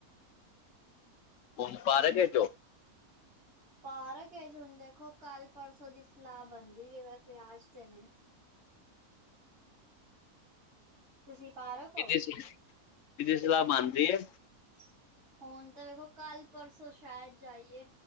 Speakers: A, on the left; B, on the right.
A: ਹੁਣ ਪਾਰਕ ਇਚ।
B: ਪਾਰ ਕਿਜ ਹੁਣ ਦੇਖੋ ਕੱਲ ਪਰਸੋਂ ਦੀ ਸਲਾਹ ਬਣਦੀ ਹੈ ਵੈਸੇ ਆਜ ਤੇ ਨਹੀਂ। ਤੁਸੀਂ ਪਾਰਕ, ਹੋ
A: ਕਿਦੀ, ਸ ਕਿਦੀ ਸਲਾਹ ਮੰਨਦੀ ਹੈ।
B: ਹ ਹੁਣ ਤਾਂ ਵੇਖੋ ਕੱਲ ਪਰਸੋਂ ਸ਼ਾਇਦ ਜਾਈਏ